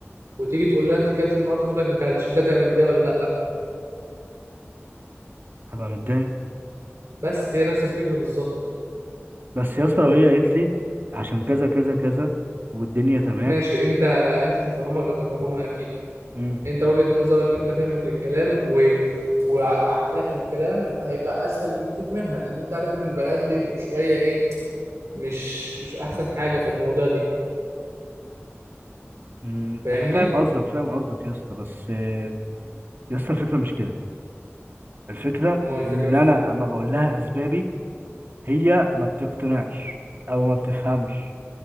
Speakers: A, on the right; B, on the right.
A: وتيجي تقول لها انت كلت النهارده تقول لك ما كلتش انت تعمل ده ولا لا
B: هبقى متضايق
A: بس هي نفس الفكره بالظبط
B: بس يا اسطى لو هي قالت لي عشان كذا كذا كذا والدنيا تمام
A: ماشي انت انت تفهمها غير تفهمها اكيد
B: مم.
A: انت وجهة نظرك انت فهمك للكلام و... وعقلك للكلام هيبقى اسهل بكتير منها لان انت عارف ان البنات بيبقوا شوية ايه مش مش احسن حاجة في الموضوع دي
B: مم،
A: فاهمني
B: انا فاهم قصدك فاهم قصدك يا اسطى بس آه، يا اسطى الفكره مش كده الفكرة
A: امال الفكرة
B: إن
A: فين
B: أنا أما بقول لها أسبابي هي ما بتقتنعش أو ما بتفهمش